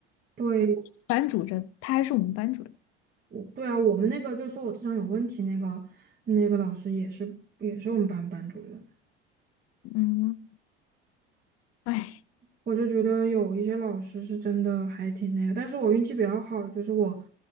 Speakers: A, on the right; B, on the left.
A: <laughs> 对
B: 班主任，他还是我们班主任。
A: 我对啊，我们那个就说我智商有问题那个那个老师也是也是我们班班主任。
B: 嗯，哎，
A: 我就觉得有一些老师是真的还挺那个，但是我运气比较好的就是我